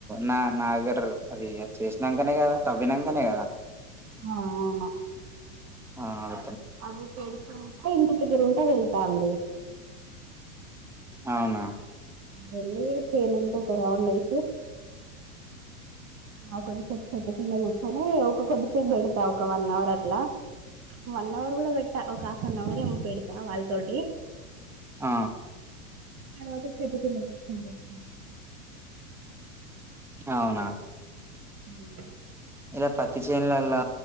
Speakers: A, in the centre; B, on the right.
A: నా నాగర్ అది చేసినాకనే కదా తవ్వినాకనే కదా
B: ఆ అవును
A: ఆ అ
B: అది పెడుతుంటే ఇంటి దగ్గర ఉంటే వెళ్తాండి
A: అవునా
B: వెళ్ళి చెను అంత ఒక రౌండు ఎసి ఆ కొద్దిసేపు చెట్టు కింద కూర్చొని ఒక కొద్దిసేపు బెడతా ఒక వన్ అవర్ అట్లా వన్ అవర్ గూడా బెట్టా ఒక హాఫ్ అన్ అవర్ పెడతా వాళ్ తోటి
A: ఆ
B: తరువాత చెట్టు కింద కూర్చుంట
A: అవునా
B: హ్మ్
A: ఇలా పత్తి చేనులల్లా